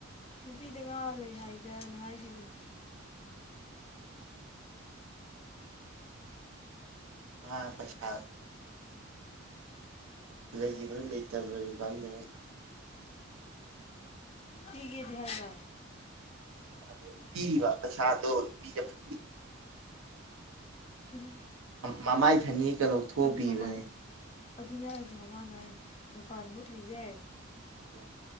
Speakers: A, on the left (about 30°); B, on the right (about 80°).
A: ꯅꯨꯄꯤꯗ ꯉꯥ ꯂꯩ ꯍꯥꯏꯗꯅ ꯍꯥꯏꯈꯤꯕꯅꯦ
B: ꯃꯥ ꯄꯁ ꯂꯩꯕ꯭ꯔꯥ ꯂꯩꯇꯕ꯭ꯔꯥꯀꯗ
A: ꯀꯒ ꯙꯌꯥꯟꯗ
B: ꯑꯗꯣꯝ ꯄꯤꯔꯤꯕ ꯄꯩꯁꯥꯗꯣꯝ ꯄ ꯄ
A: ꯎ
B: ꯃꯃꯥꯏ ꯊꯅꯤꯦꯛꯀ ꯂꯧꯊꯣꯛꯄꯤꯕꯅꯦ
A: ꯃꯃꯥ ꯑꯗꯨꯅꯦ ꯑꯩꯁꯦ ꯃꯃꯥꯅ ꯑꯩ ꯗꯨꯀꯥꯟ ꯃꯨꯠꯂꯤꯁꯦ
B: ꯎꯝ